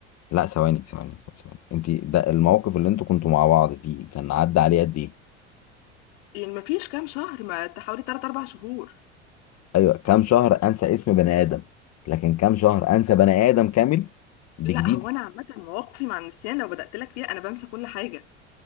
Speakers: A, on the left; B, on the left.
A: لا ثواني ثواني ثواني انت ده الموقف اللي انتوا كنتوا مع بعض فيه كان عدى عليه قد ايه
B: يعني ما فيش كام شهر ما تحاولي 3 4 شهور
A: ايوه كام شهر انسى اسم بني ادم لكن كام شهر انسى بني ادم كامل دي
B: لا
A: جديده
B: هو انا عامه مواقفي مع النسيان لو بدات لك فيها انا بنسى كل حاجه